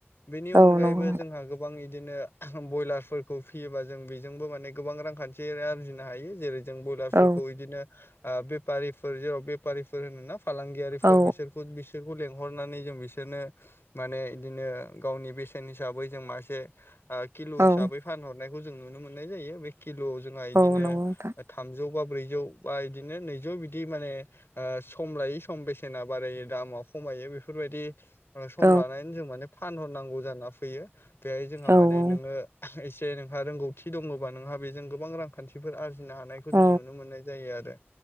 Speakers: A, on the left; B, on the right.
A: बेनि अनगायैबो
B: औ नंगौ
A: जोंहा गोबां इदिनो बयलारफोरखौ फियोबा जों बेजोंबो माने गोबां रां खान्थि आरजिनो हायो जेरै जों बयलारफोरखौ
B: औ
A: इदिनो ओ बेफारिफोर जेराव बेफारिफोर होनोना फालांगियारि बेफोर
B: औ
A: बिसोरखो बिसोरखौ लेंहरनानै जों बिसोरनो माने इदिनो गावनि बेसेन हिसाबै जों मासे आ किल'
B: औ
A: हिसाबै फानहरनायखौ जों नुनो मोननाय जायो बे किल'आव जोंहा इदिनो
B: औ नंगौ नोंथां
A: थामजौ बा ब्रैजौ बा इदिनो नैजौ बिदि माने ओ सम लायै सम बेसेना बारायो दामा खमायो बेफोरबायदि ओ सम
B: औ
A: लानानै जों माने फानहरनांगौ जाना फैयो बेहाय जोंहा
B: औ
A: माने नोङो एसे से नोंहा रोंगौथि दङबा नोंहा बेजों गोबां रांखान्थिफोर आरजिनो हानाय
B: औ
A: जों नुनो मोननाय जायो आरो